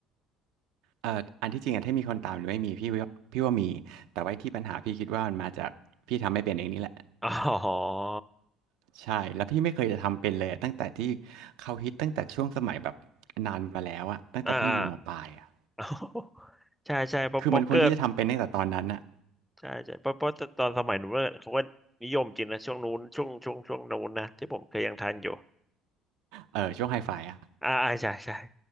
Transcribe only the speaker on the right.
เอ่ออันที่จริงอะถ้ามีคนตามหรือไม่มีพี่ว่าพี่ว่ามี แต่ว่าที่ปัญหาพี่คิดว่ามันมาจากพี่ทำไม่เป็นเองนี่แหละ
ใช่แล้วพี่ไม่เคยจะทำเป็นเลยตั้งแต่ที่เขาฮิตตั้งแต่ช่วงสมัยแบบนานมาแล้วอะตั้งแต่พี่อยู่มปลายอะ
คือมันควรที่จะทำเป็นตั้งแต่ตอนนั้นอะ
เออช่วงไฮไฟอะ